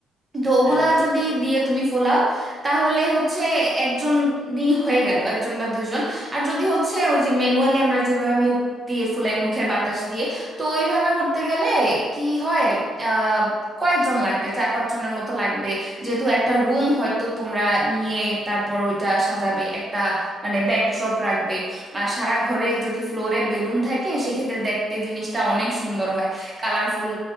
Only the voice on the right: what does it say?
তো ওগুলা
যদি
দিয়ে তুমি ফোলাও তাহলে হচ্ছে একজনই হয়ে গেল একজন বা দুইজন আর যদি হচ্ছে ওই যে ম্যানুয়ালি আমরা যেভাবে মুখ দিয়ে ফুলাই মুখের বাতাস দিয়ে তো ওইভাবে করতে গেলে কি হয় আহ কয়েকজন লাগবে চার পাঁচ জনের মতো লাগবে যেহেতু একটা রুম হয়তো তোমরা নিয়ে তারপর ওইটা সাজাবে একটা মানে ব্যাকড্রপ রাখবে আর সারা ঘরে যদি ফ্লোরে বেলুন থাকে সেক্ষেত্রে দেখতে জিনিসটা অনেক সুন্দর হয় কালারফুল